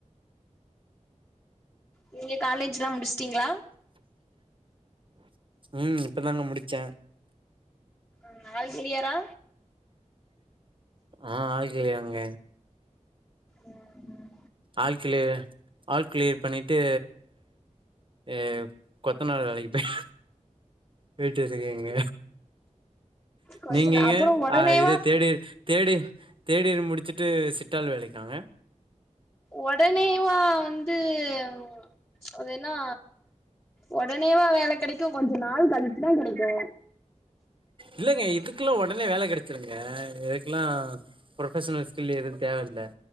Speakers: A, on the left (about 15°); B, on the right (about 45°).
A: நீங்க காலேஜ்லா முடிச்ட்டீங்ளா
B: உம் இப்பதாங்க முடிச்ச
A: உ நால்க்லியரா
B: ஆ ஆள்க்ளியங்க
A: ம் ம்
B: ஆள் க்லே ஆள் கிளியர் பண்ணிட்டு ஏவ் கொத் த்தனார் வேளைக்குப்பெய் வீட்டு இருக்கீங்க
A: கொஞ்ச
B: நீங்கெங்க
A: அப்புற உடனேவா
B: ஆ இது தேடி தேடி தேடி முடிச்சுட்டு சிட்டால் வேலைக்காங்க
A: ஒடனேயுவா வந்து உவ் ஆ அது என்னா ஒடனேவா வேல கெடைக்கு கொஞ்ச நாள் கழிச்சுதா கெடைக்கு
B: இல்லங்க இதுக்குல்லா ஒடனே வேல கெடச்சிருங்க இதுக்லா ப்ரொஃபஸனல் ஸ்கில் எதுன் தேவயில்ல